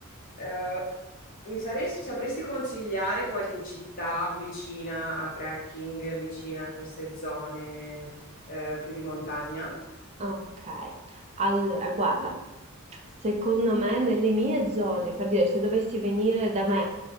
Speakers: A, on the left; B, on the right.
A: eh, mi sare- sapresti consigliare qualche città vicina a trekking, vicina a queste zone eh, più di montagna?
B: Ok, allora guarda, secondo me nelle mie zone, per dire se dovessi venire da me